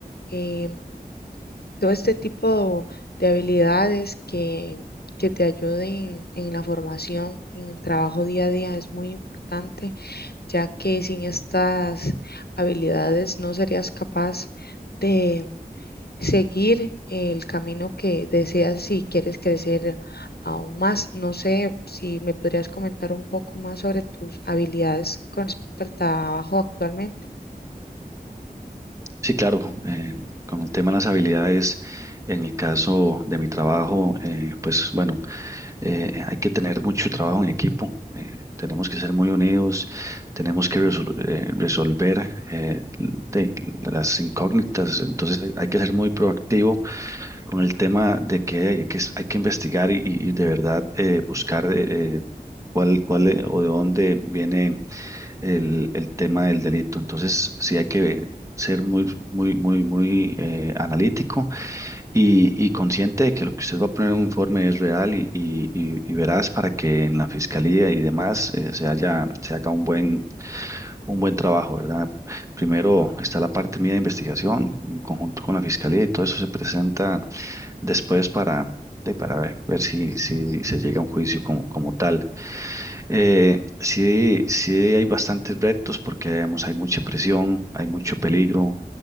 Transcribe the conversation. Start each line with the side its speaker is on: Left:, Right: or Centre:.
Left: em, todo este tipo de habilidades que, que te ayuden en la formación, en el trabajo día a día es muy importante, ya que sin estas habilidades no serías capaz de seguir el camino que deseas si quieres crecer aún más. No sé si me podrías comentar un poco más sobre tus habilidades con respecto al trabajo actualmente.
Right: Sí, claro. eh, con el tema de las habilidades, en el caso de mi trabajo, eh, pues bueno, eh, hay que tener mucho trabajo en equipo, eh, tenemos que ser muy unidos, tenemos que resol- eh, resolver eh, de- las incógnitas, entonces hay hay que ser muy proactivo con el tema de que hay que, hay que investigar y, y- de verdad eh, buscar eh, cuál, cuál eh, o de dónde viene el, el tema del delito. Entonces, sí hay que ser muy, muy, muy, muy eh, analítico y, y consciente de que lo que usted va a poner en un informe es real y, y, y- y veraz para que en la fiscalía y demás eh, se haya, se haga un buen, un buen trabajo, ¿verdad? Primero está la parte mía de investigación en conjunto con la fiscalía y todo eso se presenta después para, de- para ver, ver si, si se llega a un juicio como, como tal. Eh, sí, sí hay bastantes retos porque digamos, hay mucha presión, hay mucho peligro,